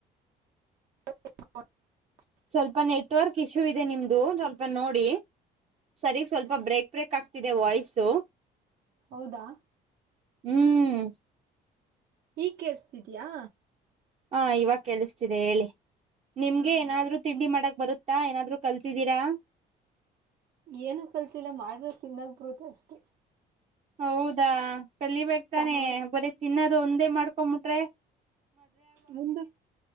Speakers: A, on the right; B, on the right.
A: ಹ. <unintelligible>
B: ಸ್ವಲ್ಪ ನೆಟ್ವರ್ಕ್ ಇಶ್ಯೂ ಇದೆ ನಿಮ್ದು ಸ್ವಲ್ಪ ನೋಡಿ ಸರಿಗ್ ಸ್ವಲ್ಪ ಬ್ರೇಕ್ ಬ್ರೇಕ್ ಆಗ್ತಿದೆ ವಾಯ್ಸು.
A: ಹೌದಾ.
B: ಹ್ಮ್
A: ಈಗ್ ಕೇಳ್ಸದೀಯಾ.
B: ಹಾ ಇವಾಗ ಕೇಳಸ್ತಿದೆ ಹೇಳಿ. ನಿಮ್ಗೆ
A: ಹಾ
B: ಏನಾದ್ರು ತಿಂಡಿ ಮಾಡಕ್. ಬರುತ್ತಾ ಏನಾದ್ರು ಕಲ್ತಿದ್ದೀರಾ
A: ಏನು ಕಲ್ತಿಲ್ಲ ಮಾಡ್ರ ತಿನ್ನಾಕ್ ಬರುತ್ತೆ ಅಷ್ಟೇ
B: ಹೌದಾ ಕಲಿಬೇಕಕ್ ತಾನೆ
A: ಹ
B: ಬರೀ ತಿನ್ನದ ಅದು ಒಂದೇ ಮಾಡ್ಕೊಂಬಟ್ರೆ
A: ಮುಂದ